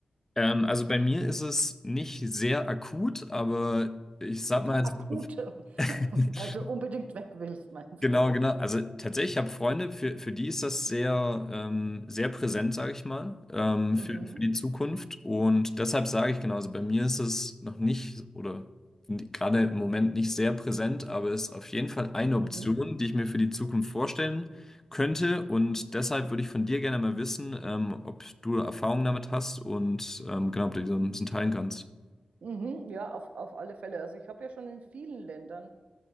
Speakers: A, on the left; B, on the right.
A: Ähm, also bei mir ist es nicht sehr akut, aber ich sag
B: <laughs>
A: mal,
B: Akut,
A: <laughs>
B: <laughs>
A: <laughs>
B: weil du unbedingt weg willst, meinst
A: Genau,
B: du?
A: genau. Also tatsächlich, ich habe Freunde, für, für die ist das sehr, ähm, sehr präsent, sage ich mal, ähm,
B: Mhm,
A: für, für die Zukunft. Und deshalb sage ich genau, also bei mir ist es noch nicht oder n- gerade im Moment nicht sehr präsent, aber es ist auf jeden Fall eine Option,
B: mhm,
A: die ich mir für die Zukunft vorstellen könnte. Und deshalb würde ich von dir gerne mal wissen, ähm, ob du Erfahrungen damit hast und ähm, genau, ob du die so ein bisschen teilen kannst.
B: mhm, ja, auf, auf alle Fälle. Also ich habe ja schon in vielen Ländern